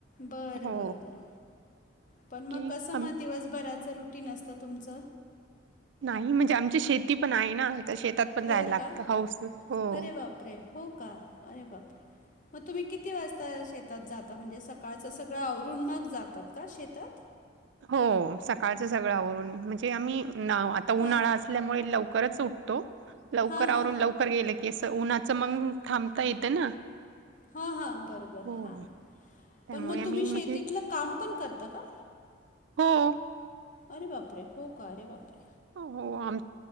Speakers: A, on the left (about 40°); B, on the right (about 70°).
A: बर
B: हो
A: बर. पण मग
B: की
A: कस
B: आम
A: मग दिवसभराच रुटीन असत तुमच?
B: नाही म्हणजे आमची शेती पण आहे ना तर शेतात पण
A: हो
B: जायला लागतं
A: का
B: हाऊस हो.
A: अरे बाप बापरे. हो का? अरे बापरे. मग तुम्ही किती वाजता शेतात जाता म्हणजे सकाळच सगळ आवरून मग जातात का शे तात.
B: हो सकाळच सगळ आवरून म्हणजे आम्ही नाव आता उन्हाळा
A: हां.
B: असल्यामुळे लवकरच उठतो. लवकर
A: हां
B: आवरून
A: हां.
B: लवकर गेल की अस उन्हाच मंग थांबता येत ना.
A: हां हां बर बर
B: हो.
A: हा
B: त्यामुळे
A: पण मग
B: आम्ही
A: तुम्ही
B: म्हणजे
A: शेतीतल काम पण करता का?
B: हो.
A: अरे बापरे. हो का? अरे वापरे.
B: हो आम